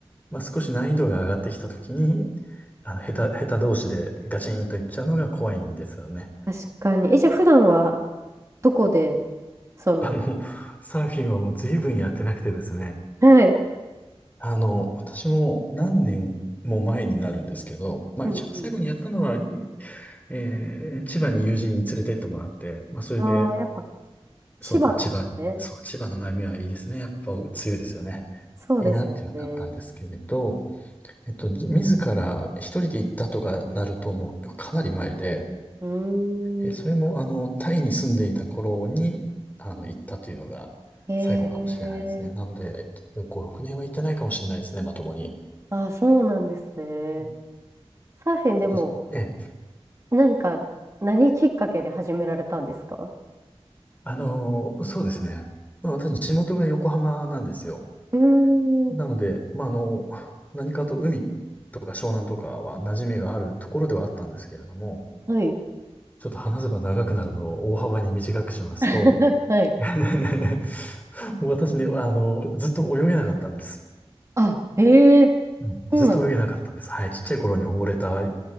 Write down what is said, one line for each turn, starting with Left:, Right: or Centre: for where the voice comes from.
Left: まあ少し難易度が上がってきたときに、あの、下手、下手同士でガチンといっちゃうのが怖いんですよね。
Right: 確かに。え、じゃあ普段はどこで、その、
Left: あ、もう、サーフィンはもう随分やってなくてですね。
Right: はい。
Left: あの、私も何年も前になるんですけど、まあ一番最後にやったのは、
Right: うんうん。
Left: いえー千葉に友人に連れてってもらって、まあそれで、
Right: ああ、やっぱ千葉なんですね。
Left: そう、あ、千葉、そう、千葉の波はいいですね。やっぱ強いですよね。
Right: そうですよね。
Left: いいなっていうのがあったんですけれど、えっと、じ自ら一人で行ったとかなると、もうかなり前で、
Right: うーん。
Left: え、それも、あの、タイに住んでいた頃に、あの、行ったというのが最後かもしれないですね。
Right: へえ。
Left: なので、5、6年は行ってないかもしれないですね、まともに。
Right: ああ、そうなんですね。
Left: うん
Right: サーフィンでも、
Left: ちょっと、ええ、
Right: なんか、何きっかけで始められたんですか
Left: あの、そうですね。まあ、私、地元が横浜なんですよ。
Right: うーん。
Left: なので、まあ、あの、何かと海とか湘南とかは馴染みがあるところではあったんですけれども、
Right: はい。
Left: ちょっと話せば長くなるのを大幅に短くしますと、
Right: <laughs> はい。
Left: <laughs> もう私ね、あの、ずっと泳げなかったんです。
Right: あ、へえ、
Left: うんずっと泳げなかったんです。
Right: そうなんです。
Left: はい。ちっちゃい頃に溺れた、